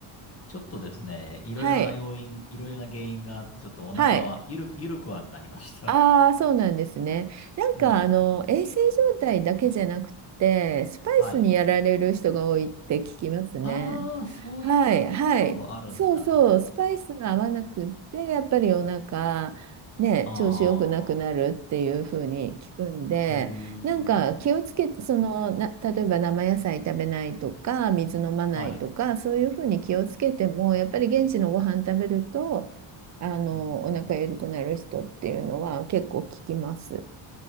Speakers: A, on the left (about 30°); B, on the right (about 35°).
A: ちょっとですね、いろいろな要因、
B: はい。
A: いろいろな原因があって、ちょっとお腹は、
B: はい。
A: ゆるく、ゆるくはなりました。
B: ああ、そうなんですね。
A: <laughs>
B: なんか、
A: うん。
B: あの、衛生状態だけじゃなくて、スパイスにやられる人が多いって聞きますね。
A: はい。ああ、そういうものもあるんだ。
B: はい、はい。そうそう、スパイスが合わなくって、やっぱりお腹、ね、
A: ああ、
B: 調子良くなくなるっていうふうに聞くんで、
A: へえ。
B: なんか気をつけて、その、な、例えば生野菜食べないとか、水飲まないとか、
A: はい。
B: そういうふうに気をつけても、やっぱり現地のご飯食べると、あの、
A: うん。
B: お腹緩くなる人っていうのは結構聞きます。